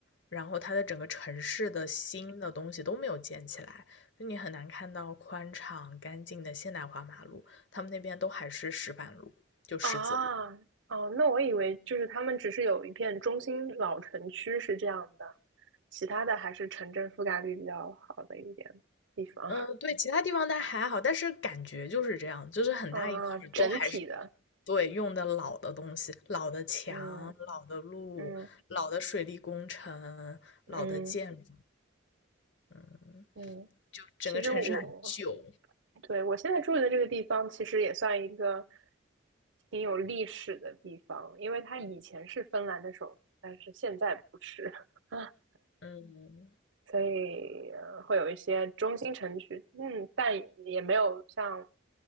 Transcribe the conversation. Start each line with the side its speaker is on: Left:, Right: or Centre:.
Left: 然后它的整个城市的新的东西都没有建起来，就你很难看到宽敞干净的现代化马路，他们那边都还是石板路，就石子路。
Right: 啊，哦，那我以为就是他们只是有一片中心老城区是这样的，其他的还是城镇覆盖率比较好的一点地方
Left: 嗯，对，其他地方它还好，但是感觉就是这样，就是很大一块儿都还是，
Right: <laughs> 啊，整体的，
Left: 对，用的老的东西，老的墙、
Right: 嗯
Left: 老的路、
Right: 嗯
Left: 老的水利工程、
Right: 嗯
Left: 老的建筑，嗯，
Right: 嗯，
Left: 就整个城市很旧。
Right: 其实我对我现在住的这个地方，其实也算一个挺有历史的地方，因为它以前是芬兰的首都，但是现在不是。<laughs>
Left: 嗯
Right: 所以呃会有一些中心城区，嗯，但也没有像